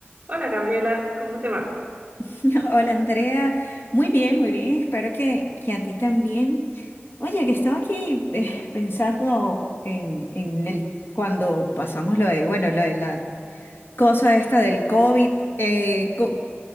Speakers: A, on the right; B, on the left.
A: Hola Gabriela, ¿cómo te va?
B: <laughs> Hola Andrea, muy bien, muy bien, espero que, que a ti también. Oye, que estaba aquí eh, pensando en, en el, cuando pasamos lo de, bueno, lo de la cosa esta del COVID, eh, co-